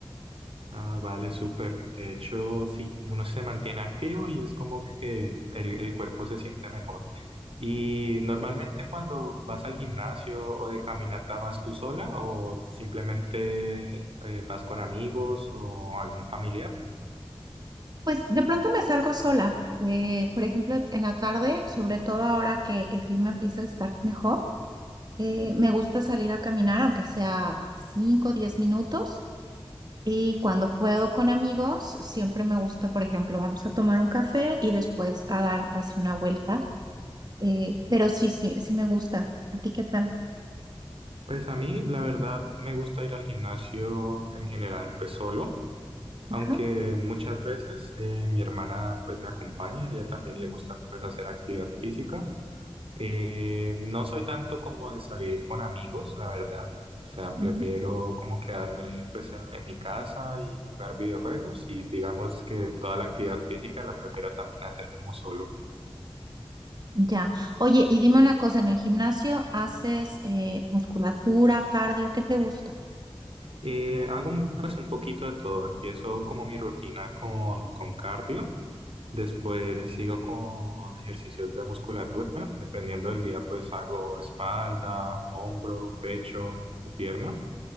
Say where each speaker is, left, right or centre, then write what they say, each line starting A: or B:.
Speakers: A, on the right; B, on the right.
A: Ah, vale, súper. De hecho, sí, uno se mantiene activo y es como que el el cuerpo se siente mejor. Y normalmente cuando vas al gimnasio o de caminata, ¿vas tú sola o simplemente eh, vas con amigos o algún familiar?
B: Pues de pronto me salgo sola. Eh, por ejemplo, en la tarde, sobre todo ahora que el clima empieza a estar mejor, eh, me gusta salir a caminar, aunque sea 5, o 10 minutos. Y cuando puedo con amigos, siempre me gusta, por ejemplo, vamos a tomar un café y después a dar así una vuelta. Eh, pero sí, sí, sí me gusta. ¿A ti qué tal?
A: Pues a mí, la verdad, me gusta ir al gimnasio en general, pues solo, aunque
B: Ajá.
A: muchas veces eh, mi hermana pues me acompaña, a ella también le gusta pues hacer actividad física. Eh, no soy tanto como de salir con amigos, la verdad. O sea,
B: Ujú.
A: prefiero como quedarme pues en, en mi casa y jugar videojuegos y digamos que toda la actividad física la prefiero también hacer como solo.
B: Ya. Oye, y dime una cosa, ¿en el gimnasio haces eh, musculatura, cardio? ¿Qué te gusta?
A: Eh, hago un- pues un poquito de todo. Empiezo como mi rutina con, con cardio, después sigo con ejercicios de musculatura, dependiendo del día pues hago espalda, hombro, pecho o pierna.